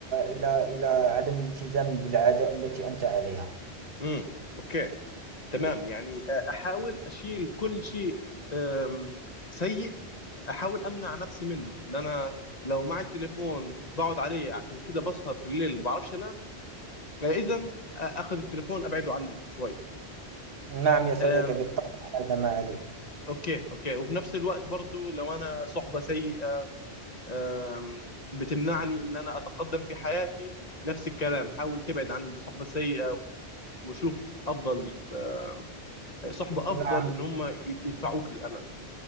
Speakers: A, on the right (about 60°); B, on the left (about 40°).
A: إلى إلى عدم الالتزام بالعادة التي أنت عليها
B: امم اوكي تمام يعني آه، احاول اشيل كل شيء آم، سيء احاول امنع نفسي منه اللي انا لو معي التليفون بقعد عليه عشان كده بسهر في الليل ما بعرفش انام اذا اخذ التليفون ابعده عني شوي
A: نعم يا صديقي
B: آم،
A: بالطبع هذا ما عليه
B: اوكي اوكي وفي نفس الوقت برضو لو انا صحبة سيئة آم، بتمنعني ان انا اتقدم في حياتي نفس الكلام حاول تبعد عن الصحبة السيئة و- وشوف افضل آه، صحبة
A: نعم
B: افضل ان هم يد- يدفعوك للامام